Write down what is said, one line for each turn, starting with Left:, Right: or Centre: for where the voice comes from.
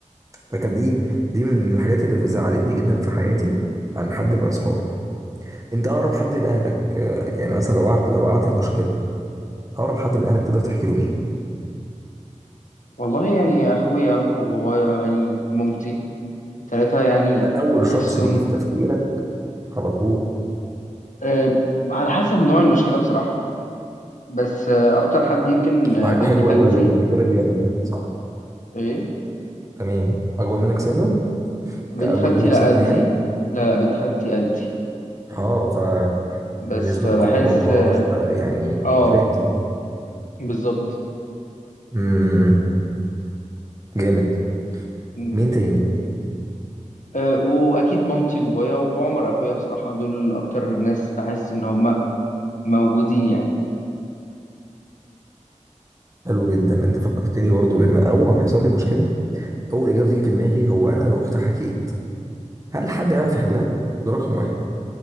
Right: فكانت دي دي من الحاجات اللي زعلتني جدا في حياتي عن حد من أصحابي أنت أقرب حد لأهلك آه، يعني مثلا لو قعدت لو قعدت في مشكلة أقرب حد من أهلك تقدر تحكي له مين؟
Left: والله يعني اخويا وبابايا يعني مامتي التلاتة يعني
Right: ده اول
Left: بحسهم
Right: شخص بيجي في تفكيرك على طول
Left: آه على حسب نوع المشكله بصراحه بس آه، اكتر حد يمكن آه،
Right: مع-
Left: بنت
Right: حلو
Left: خالتي
Right: قوي بجد الاجابه دي جامده صح
Left: ايه
Right: تمام اكبر منك سنا
Left: بنت
Right: كاكبر
Left: خالتي
Right: منك
Left: لا
Right: سنا
Left: قدي
Right: يعني
Left: لا لا بنت خالتي قدي
Right: اه فبالنسبه
Left: بس فبحس
Right: لكم الموضوع
Left: اه
Right: بقى يعني
Left: آه،
Right: فريندلي
Left: بالظبط
Right: امم جامد
Left: م.
Right: مين تاني
Left: آه، واكيد مامتي وبابايا وعمر اخويا بصراحه دول اكتر ناس بحس ان هم موجودين يعني
Right: حلو جدا انت فكرتني برضو بان اول ما بيحصل لي مشكله اول اجابه تيجي في دماغي هو انا لو رحت حكيت هل حد يعرف يحلها ده رقم واحد